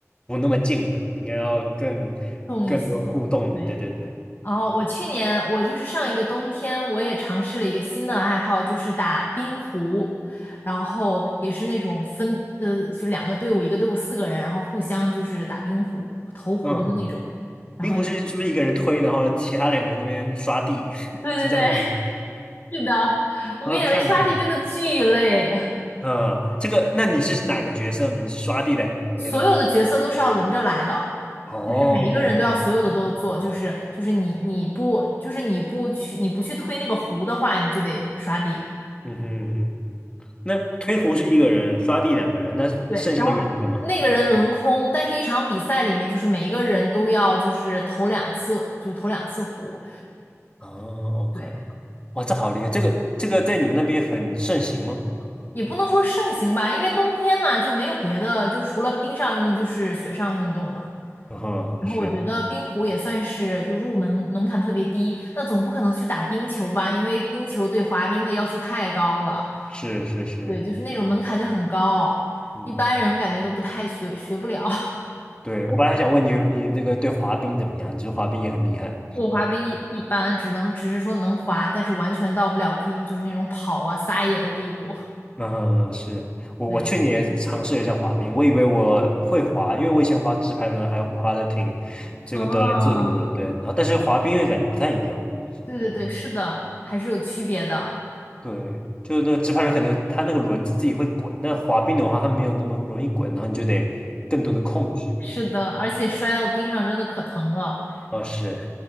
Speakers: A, on the left (about 20°); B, on the left (about 40°).
A: 不那么近的，应该要更
B: 动一些，
A: 更多互动的，
B: 对。
A: 对对对。
B: 哦，我去年我就是上一个冬天，我也尝试了一个新的爱好，就是打冰壶，然后也是那种分呃，就两个队伍，一个队伍四个人，然后互相就是打冰壶投壶的那种，
A: 嗯，
B: 然后
A: 冰壶是是不是一个人推，然后其他两个人那边刷地，<laughs>
B: 对对对，
A: 是这样的吗？
B: <laughs> 是的，我跟你讲，
A: <laughs> 啊，看过，
B: 那刷题真的巨累，
A: 嗯，这个，那你是哪个角色呢？你是刷地的还是推的？
B: 所有的角色都是要轮着来的。
A: 哦，
B: 就是每一个人都要所有的都做，就是就是你你不就是你不去你不去推那个壶的话，你就得刷地。
A: 嗯哼嗯哼，那推壶是一个人，刷地两个人，那剩下一个人在干嘛？
B: 对，然后那个人轮空，但是一场比赛里面，就是每一个人都要就是投两次，就是投两次壶，
A: 哦，OK，
B: 对，
A: 哇，这好厉害，这个这个在你们那边很盛行吗？
B: 也不能说盛行吧，因为冬天嘛就没有别的，就除了冰上运动就是雪上运动嘛。
A: 嗯哼，
B: 然后我觉得冰壶也算是就入门门槛特别低，
A: 是
B: 那总不可能去打冰球吧，因为冰球对滑冰的要求太高了，
A: 是是是，
B: 对，就是那种门槛就很高，
A: 嗯，
B: 一般人感觉都不太学学不了。<laughs>
A: 对，我本来还想问你，你那个对滑冰怎么样？你觉得滑冰也很厉害？
B: 我滑冰一一般，只能只是说能滑，但是完全到不了可以就是那种跑啊撒野的地步。
A: 嗯，是我我去年也尝试了一下滑冰，
B: <laughs> 对，
A: 我以为我会滑，因为我以前滑直排轮还滑的挺这个得来自如的，
B: 哦，
A: 对。然后但是滑冰又感觉不太一样，
B: 对对对，
A: 嗯，
B: 是的，还是有区别的。
A: 对，就是那个直排轮可能它那个轮子自己会滚，那滑冰的话它没有那么容易滚，然后你就得更多的控制。
B: 是的，而且摔到冰上真的可疼了，
A: 哦，是，